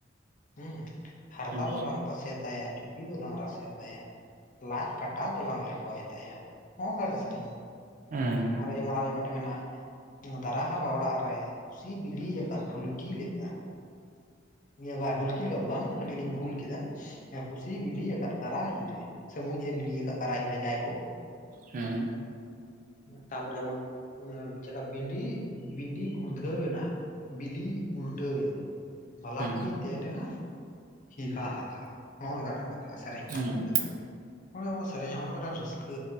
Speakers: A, on the left; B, on the right.
A: ᱦᱩᱸ ᱦᱟᱨᱠᱟ
B: ᱦᱮᱸ
A: ᱫᱚᱞᱟᱝ ᱛᱟᱥᱮᱛ ᱛᱟᱭᱟ, ᱪᱩᱯᱤ ᱫᱚᱞᱟᱝ ᱨᱟᱥᱮ ᱛᱟᱭᱟ, ᱞᱟᱡ ᱠᱟᱴᱟ ᱫᱚᱞᱟᱝ ᱞᱮᱴᱚᱭ ᱛᱟ ᱛᱟᱭᱟ ᱦᱚᱸᱜ-ᱚᱱᱠᱟ ᱢᱮᱫᱴᱮᱡ ᱥᱮᱨᱮᱧ᱾
B: ᱦᱮᱸ᱾
A: ᱟᱨᱚ ᱡᱮᱢᱚᱱ ᱟᱨ ᱢᱤᱫᱴᱮᱱ ᱢᱮᱱᱟᱜᱼᱟ। ᱮᱸ ᱫᱟᱨᱟ ᱦᱟᱨᱟ ᱚᱲᱟᱜ ᱨᱮ, ᱯᱩᱥᱤ ᱵᱤᱞᱤᱭᱟᱠᱟᱫ ᱰᱷᱩᱞᱠᱤ ᱞᱮᱠᱟ। ᱤᱭᱟᱹ ᱵᱟ ᱰᱷᱩᱞᱠᱤ ᱞᱮᱠᱟ ᱫᱚ ᱵᱟᱝ ᱠᱟᱹᱴᱤᱡ ᱞᱤᱧ ᱵᱷᱩᱞ ᱠᱮᱫᱟ ᱯᱩᱥᱤᱭ ᱵᱤᱞᱤ ᱭᱟᱠᱟᱜ ᱠᱟᱨᱟᱦᱤ ᱨᱮ, ᱥᱮ ᱢᱩᱸᱡ ᱮ ᱵᱤᱞᱤ ᱭᱟᱠᱟᱜ ᱠᱟᱨᱟᱦᱤ ᱨᱮ ᱡᱟᱭᱦᱳᱠ᱾
B: ᱦᱮᱸ
A: ᱛᱟᱯᱚᱨᱮ ᱵᱚᱱ ᱮᱸ ᱪᱮᱜᱠᱟ ᱵᱩᱰᱤ ᱵᱤᱰᱤ ᱜᱩᱲᱫᱷᱟᱹᱣ ᱮᱱᱟ ᱵᱤᱞᱤ ᱩᱞᱴᱟᱹᱣ ᱮᱱᱟ᱾ ᱵᱟᱞᱟ
B: ᱦᱮᱸ
A: ᱠᱩᱲᱤᱭ ᱛᱮᱱᱮᱱᱟ ᱦᱤᱦᱟ ᱦᱟᱦᱟ ᱦᱚᱜᱚ ᱱᱚᱝᱠᱟ ᱠᱟᱛᱷᱟ᱾ ᱟ ᱥᱮᱨᱮᱧ
B: ᱦᱮᱸ
A: ᱠᱟᱱᱟ
B: ᱦᱮᱸ
A: ᱵᱩᱡᱽ ᱫᱟᱢ ᱚᱲᱮᱡ ᱦᱚᱸ ᱥᱮᱨᱮᱧᱟ ᱦᱚᱜᱚᱱᱟ ᱢᱤᱫᱴᱟᱝ ᱥᱚᱥ ᱠᱟᱹ